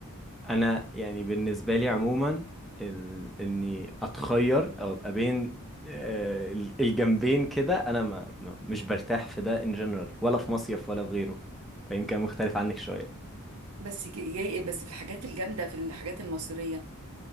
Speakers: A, in the centre; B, on the right.
A: انا يعني بالنسبه لي عموما ال... اني اتخير او ابقى بين آه، ال- الجنبين كده انا ما... ما مش برتاح في ده ان جنرال ولا في مصيف ولا في غيره فيمكن مختلف عنك شويه
B: بس ج- جاي بس في الحاجات الجامدة في الحاجات المصرية